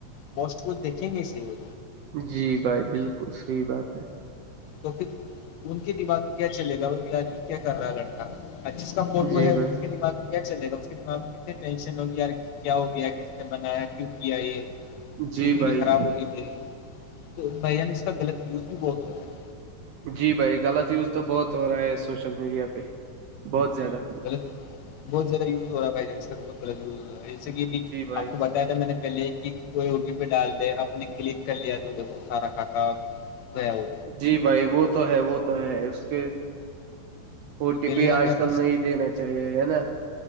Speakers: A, on the left (about 75°); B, on the right (about 75°).
A: پسٹ کو دھیں گے س وہ
B: جی بھائی بالکل صحیح بات ہے
A: تو پھر ان کے دماغ میں کیا چلے گا وہ آدمی کیا کر رہا ہے لڑکا جس کا فوٹو
B: جی
A: ہے
B: بھائی
A: اس کے دماغ میں کیا چلے گا اس کے دماغ میں کتنی ٹینشن ہو گی کیا ہو گیا کس نے بنایا کیوں کیا یہ
B: جی
A: زندگی
B: بھائی
A: خراب
B: جی
A: ہوگئی میری تو بھائیان اس کاغلط یوز بھی بہت ہو رہا ہے
B: جی بھائی غلط یوز تو بہت ہو رہا ہے سوشل میڈیا پہ بہت زیادہ
A: بہت زیادہ یوز ہو رہا بھائی جان س جیسا کہبھی
B: جی بھائی
A: آپ کو بتایا تھا میں نے پہلے کہ کوئی او ٹی پی ڈال دے اپ نے کلک کر لیا تو دیکھو سارا کھاتہ گیا ہو
B: جی بھائی وہ تو ہے وہ تو ہے اس کے او ٹی
A: پہلے
B: پی
A: کا
B: آج
A: کیا
B: کل
A: تھا
B: نہیں دینا چاہیے ہے نا